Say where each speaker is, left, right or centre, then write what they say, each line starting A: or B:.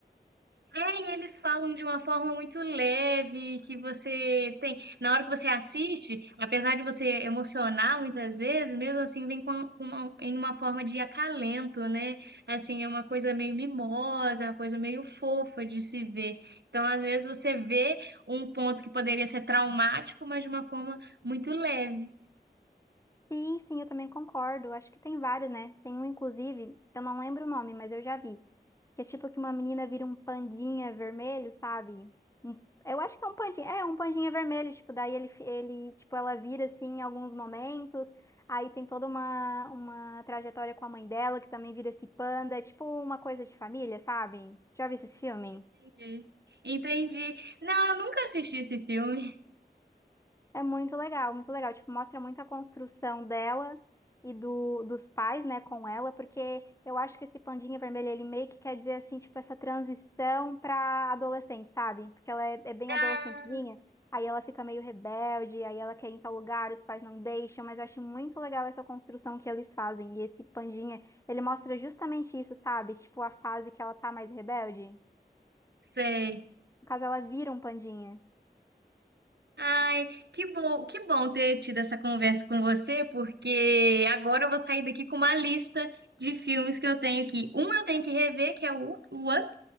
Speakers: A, on the right; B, on the left.
A: É, e eles falam de uma forma muito leve, que você tem. Na hora que você assiste, apesar de você emocionar muitas vezes, mesmo assim vem com uma, em uma forma de acalento, né? Assim, é uma coisa meio mimosa, uma coisa meio fofa de se ver. Então, às vezes, você vê um ponto que poderia ser traumático, mas de uma forma muito leve.
B: Sim, sim, eu também concordo. Acho que tem vários, né? Tem um, inclusive, eu não lembro o nome, mas eu já vi. Que é tipo que uma menina vira um pandinha vermelho, sabe? Um- Eu acho que é um pandinha. É, um pandinha vermelho, tipo, daí ele, fi- ele, tipo, ela vira assim em alguns momentos. Aí tem toda uma, uma trajetória com a mãe dela, que também vira esse panda. É tipo uma coisa de família, sabe? Já vi esse filme?
A: Entendi. Entendi. Não, eu nunca assisti esse filme.
B: É muito legal, muito legal. Tipo, mostra muito a construção dela e do, dos pais, né, com ela, porque eu acho que esse pandinha vermelho, ele meio que quer dizer, assim, tipo, essa transição pra adolescente, sabe? Porque ela é, é bem
A: <laughs>
B: adolescentezinha, aí ela fica meio rebelde, aí ela quer ir em tal lugar, os pais não deixam, mas eu acho muito legal essa construção que eles fazem. E esse pandinha, ele mostra justamente isso, sabe? Tipo, a fase que ela tá mais rebelde.
A: Sei.
B: No caso, ela vira um pandinha.
A: Ai, que bom, que bom ter tido essa conversa com você, porque agora eu vou sair daqui com uma lista de filmes que eu tenho que, um eu tenho que rever, que é o Up- o Up,